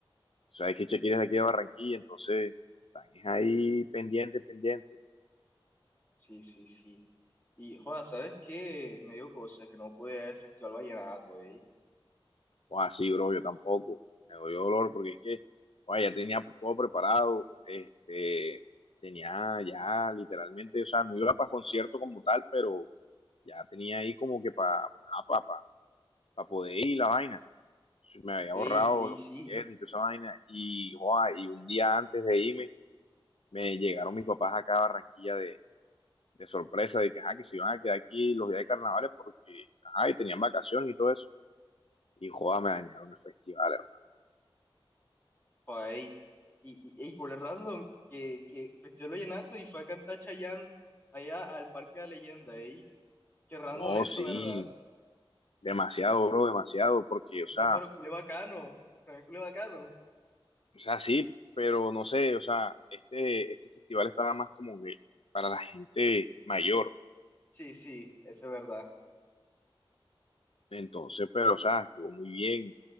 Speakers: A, on the left; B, on the left.
A: Tú Sabes que Shakira es de aquí de Barranquilla, entonces están es ahí pendiente, pendiente.
B: Sí, sí, sí. Y, joda, ¿sabes qué? Me dio cosa que no pude ir al Festival Vallenato, ey.
A: O así, bro, yo tampoco. Me doy dolor porque es que, oye, ya tenía todo preparado, este, tenía ya literalmente, o sea, no iba para concierto como tal, pero ya tenía ahí como que para pa, pa, pa pa poder ir la vaina. Me había
B: Ey,
A: ahorrado
B: ey,
A: los
B: sí,
A: tickets y toda esa vaina. Y, joa, y un día antes de irme, me llegaron mis papás acá a Barranquilla de, de sorpresa, de que, ajá, que se iban a quedar aquí los días de carnavales porque, ajá, y tenían vacaciones y todo eso. Y joda, me dañaron el festival, hermano.
B: joda, ey. Y, y, ey, con el random, que, que Festival Vallenato y fue a cantar Chayanne allá al Parque de la Leyenda, ey. Qué random
A: No,
B: eso,
A: sí,
B: ¿verdad?
A: Demasiado, bro, demasiado, porque, o sea,
B: No, pero culé bacano, también culé bacano.
A: o sea, sí, pero no sé, o sea, este, este festival estaba más como que para la gente mayor,
B: Sí, sí, eso es verdad.
A: entonces, pero, o sea, estuvo muy bien.